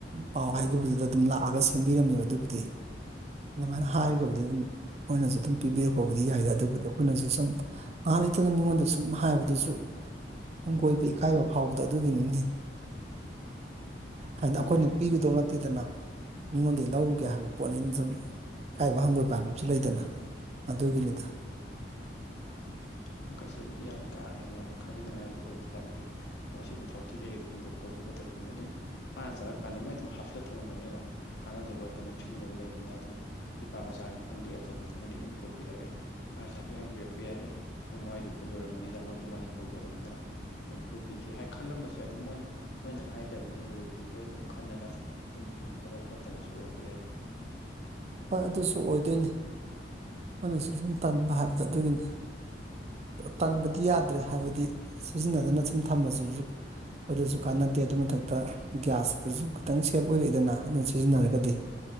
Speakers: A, on the right; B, on the left.
A: ꯄꯥꯎ ꯍꯥꯏꯈꯤꯕꯗꯨꯗ ꯑꯗꯨꯝ ꯂꯥꯛꯑꯒ ꯁꯦꯝꯕꯤꯔꯝꯃꯦꯕ ꯑꯗꯨꯕꯨꯗꯤ ꯑꯗꯨꯃꯥꯏꯅ ꯍꯥꯏꯔꯒꯕꯨꯗꯤ ꯑꯗꯨꯝ ꯃꫭꯏꯅꯁꯨ ꯑꯗꯨꯝ ꯄꯤꯕꯤꯔꯛꯄꯕꯨꯗꯤ ꯌꯥꯏꯗꯦ ꯑꯗꯨꯕꯨꯗꯤ ꯑꯩꯈꯣꯏꯅꯁꯨ ꯁꯨꯝ ꯉꯥꯏꯍꯥꯛ ꯂꯩꯇꯅ ꯃꯤꯉꯣꯟꯗ ꯁꯨꯝ ꯍꯥꯏꯕꯗꯨꯁꯨ ꯍꯪꯒꯣꯏꯕ ꯏꯀꯥꯏꯕ ꯐꯥꯎꯕꯗ ꯑꯗꯨꯒꯤꯅꯤꯅꯤ ꯍꯥꯏꯗꯤ <unintelligible> ꯑꯩꯈꯣꯏꯅ
B: ꯂꯣꯏꯔꯦ ꯑꯗꯨꯗꯤ
A: ꯄꯤꯔꯨꯗꯧ ꯅꯠꯇꯦꯗꯅ ꯃꯤꯉꯣꯟꯗꯒꯤ ꯂꯧꯔꯨꯒꯦ ꯍꯥꯏꯕ ꯄꯣꯠꯅꯤꯅ ꯁꯨꯝ ꯑꯀꯥꯏꯕ ꯍꯪꯒꯣꯏꯕ ꯍꯥꯏꯕꯁꯨ ꯂꯩꯗꯅ ꯑꯗꯨꯒꯤꯅꯤꯗ
B: ꯑꯗꯨꯝ ꯀꯩꯁꯨꯕꯨꯗꯤ ꯌꯥꯝ ꯀꯥ ꯍꯦꯟꯅ ꯑꯗꯨꯝ ꯈꯟꯖꯤꯅꯤꯡꯉꯥꯏꯕꯨꯗꯤ ꯑꯣꯏꯗꯦ ꯍꯥꯏꯕꯗꯤ ꯃꯣꯏꯁꯨ ꯑꯗꯨꯝ ꯊꯥꯎꯇꯤ ꯀꯩꯀꯩꯗꯨ ꯍꫭꯟꯗꯣꯛꯄ ꯈꯣꯠꯄ ꯇꯧꯕꯅꯤꯅ ꯑꯗꯨꯝ ꯃꯥꯅ ꯆꯠꯂꯀꯥꯟꯗ ꯃꯣꯏ ꯑꯗꯨꯝ ꯍꯥꯞꯆꯜꯂ ꯊꯝꯃꯝꯒꯅꯦꯕ ꯀꯥꯟꯅꯗꯕ ꯀꯩꯅꯣꯝ ꯁꯤꯖꯤꯟꯅꯗꯕ ꯂꯩꯕꯅꯤꯅ ꯑꯗꯨꯝ ꯄꯤꯄꯥ ꯃꯆꯥꯅꯤ ꯈꯪꯗꯦ ꯑꯆꯧꯕꯅꯤ ꯈꯪꯗꯦ ꯑꯗꯨꯝ ꯄꯨꯕꯤꯔꯒꯥ ꯑ‌ꯦ ꯃꯥ ꯆꯥꯄꯤ ꯍꯪꯕꯤꯔꯛꯄ ꯌꯥꯏ ꯑ‌ꯦ ꯅꯣꯡꯃꯥꯏꯗꯨꯕꯨ ꯂꯣꯏꯔꯝꯃꯅꯤꯗ ꯃꯣꯏ ꯑꯗꯨ ꯃꯥꯏꯖꯤꯟ ꯍꯧꯖꯕꯅꯤꯅ <unintelligible> ꯑꯗꯨꯝ ꯄꯨꯕꯤꯒꯦ ꯍꯥꯏ ꯈꯜꯂꯝꯃꯁꯨ ꯑꯗꯨꯝ ꯃꯣꯏꯅ ꯅꯣꯏꯅ ꯍꯥꯏꯗꯕꯅꯤꯅ ꯂꯣꯏꯗ꯭ꯔꯤꯕ ꯕꫭꯏ ꯑꯗꯨꯝ ꯈꯟꯗꯅ ꯑꯗꯨꯝ ꯍꯪꯉꯛꯇꯕ ꯈꯣꯠꯇꯕꯁꯨ ꯑꯣꯏꯔꯝꯕ ꯌꯥꯏꯗꯥ
A: ꯍꯣꯏ ꯑꯗꯨꯁꯨ ꯑꯣꯏꯗꯣꯏꯅꯤ ꯑꯩꯈꯣꯏꯅꯁꯨ ꯁꯨꯝ ꯇꯟꯕ ꯍꯥꯏꯕꯗꯣ ꯑꯗꯨꯒꯤꯅꯤ ꯇꯟꯕꯗꯤ ꯌꯥꯗ꯭ꯔꯦ ꯍꯥꯏꯕꯗꯤ ꯁꯤꯖꯤꯟꯅꯗꯅ ꯁꯨꯝ ꯊꯝꯃꯁꯨ ꯑꯩꯈꯣꯏꯗꯁꯨ ꯀꯥꯟꯅꯗꯦ ꯑꯗꯨ ꯃꯊꯛꯇ ꯒ꯭ꯌꯥꯁꯇꯁꯨ ꯈꯤꯇꯪ ꯁꯦꯞ ꯑꯣꯏꯔꯛꯏꯗꯅ ꯑꯗꯨꯅ ꯁꯤꯖꯤꯟꯅꯔꯒꯗꯤ